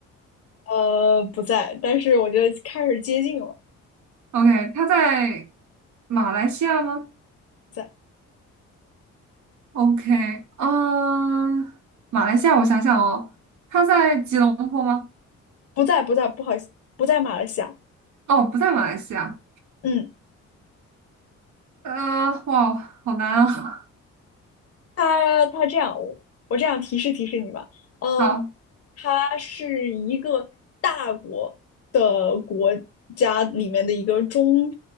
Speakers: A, on the left (about 50°); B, on the right (about 70°).
A: 呃，不在，但是我觉得开始接近了，
B: ？OK，他在马来西亚吗？
A: 不在，
B: OK，嗯，马来西亚，我想想哦，他在吉隆坡吗？
A: 不在，不在，不好意思，不在马来西亚。
B: 哦，不在马来西亚。
A: 嗯。
B: 呃，哇，好难啊。
A: 他他这样，我我这样提示提示你吧，嗯，
B: <laughs> 好，
A: 他是一个大国的国家里面的一个中